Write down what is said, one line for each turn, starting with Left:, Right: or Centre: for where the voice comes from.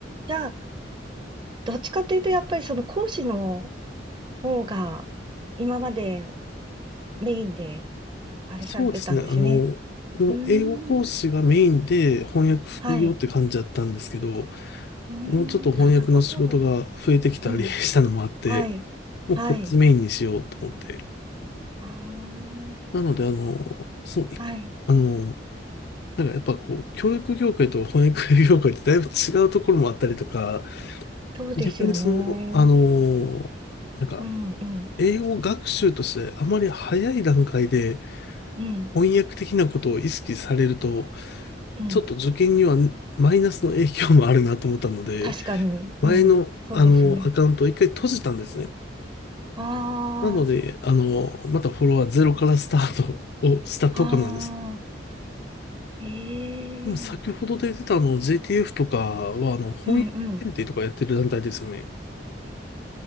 Right: じゃあ、どっちかというと、やっぱりその講師の方が、今までメインで、あれされてたんですね。
Left: そうですね。あの、もう英語講師がメインで翻訳副業って感じだったんですけど、
Right: うーん。はい。うーん。
Left: もうちょっと翻訳の仕事が増えてきたり
Right: なるほど。うん。
Left: <laughs> したのもあって、
Right: はい。
Left: もうこっちメインにしようと思って。
Right: はい。あ
Left: なので、あの、その、いあの、
Right: あ。はい。
Left: なんかやっぱこう、教育業界と翻訳業界ってだいぶ違うところもあったりとか、
Right: そうですよね。
Left: 逆にその、あの、なんか、
Right: うん、うん。
Left: 英語学習としてあまり早い段階で
Right: うん、
Left: 翻訳的なことを意識されると、
Right: うん。
Left: ちょっと受験にはマイナスの影響もあるなと思ったので、
Right: 確かに。
Left: 前の、
Right: うん。そうですね。
Left: あの、アカウントを一回閉じたんですね。
Right: あ
Left: なので、
Right: あ。
Left: あの、またフォロワーゼロからスタートをしたとこなんです。
Right: ああ、ええ
Left: でも先ほど出てたあの JTF とかは、あの、翻訳検定とかやってる団体ですよね。
Right: うんうん。